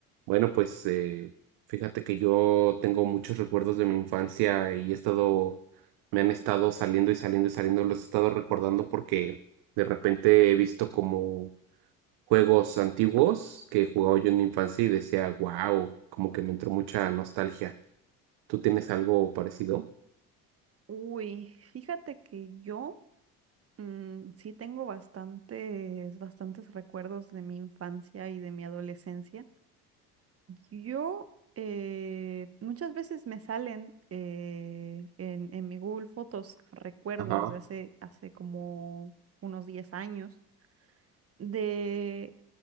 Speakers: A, on the right; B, on the right.
A: Bueno, pues eh, fíjate que yo tengo muchos recuerdos de mi infancia y he estado, me han estado saliendo y saliendo y saliendo, los he estado recordando porque de repente he visto como juegos antiguos que jugaba yo en mi infancia y decía, wow, como que me entró mucha nostalgia. ¿Tú tienes algo parecido?
B: Uy, fíjate que yo mm, sí tengo bastantes, bastantes recuerdos de mi infancia y de mi adolescencia. Yo eh, muchas veces me salen eh, en, en mi Google Fotos recuerdos
A: Ajá.
B: de hace, hace como unos 10 años. De